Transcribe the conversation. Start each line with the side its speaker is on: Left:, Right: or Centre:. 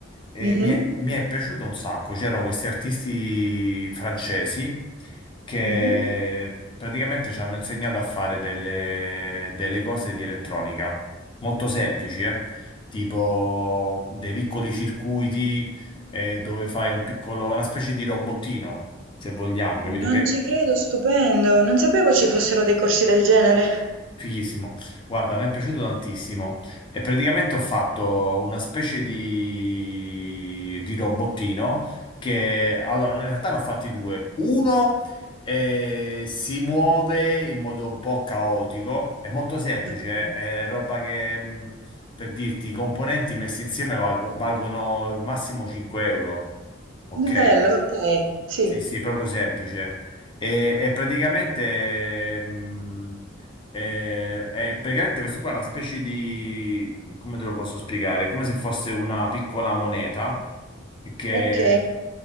Left: e
Right: Mhm,
Left: mi è, mi è piaciuto un sacco. C'erano questi artisti francesi che
Right: mhm.
Left: praticamente ci hanno insegnato a fare delle, delle cose di elettronica molto semplici, eh? Tipo dei piccoli circuiti eh, dove fai un piccolo, una specie di robottino, se vogliamo, capito?
Right: Non
Left: Che
Right: ci credo, stupendo. Non sapevo ci fossero dei corsi del genere.
Left: Fighissimo. Guarda, mi è piaciuto tantissimo e praticamente ho fatto una specie di, di robottino che allora no, in realtà ne ho fatti due. Uno eh, si muove in modo un po' caotico, è molto semplice,
Right: Ok.
Left: eh, è roba che mh, per dirti i componenti messi insieme valgo- valgono il massimo 5 euro, ok?
Right: Bello, ok. Sì,
Left: Sì, sì, proprio semplice. E, e praticamente, mh, eh, è praticamente questo qua è una specie di, come te lo posso spiegare? È come se fosse una piccola moneta che
Right: ok.
Left: mhmm,